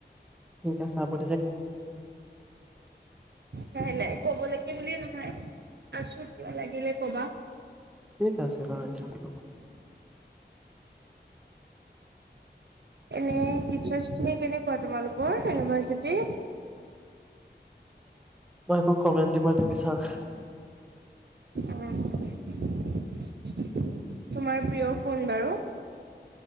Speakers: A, in the centre; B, on the right (about 70°).
A: এ চাহাপি
B: নাই নাই কব লাগে বুলে নহয় আছো কিবা লাগিলে ক'বা
A: ঠিক আছে বাৰু এতিয়া
B: এনে টিচাৰচ খিনি কেনেকোৱা -কোৱা তোমালোক ক'ৰ ইউনিভাৰ্চিটি
A: মই একো
B: <unintelligible>
A: কমেণ্ট দিব নিবিচাৰো
B: অ <unintelligible> তোমাৰ প্ৰিয় কোন বাৰু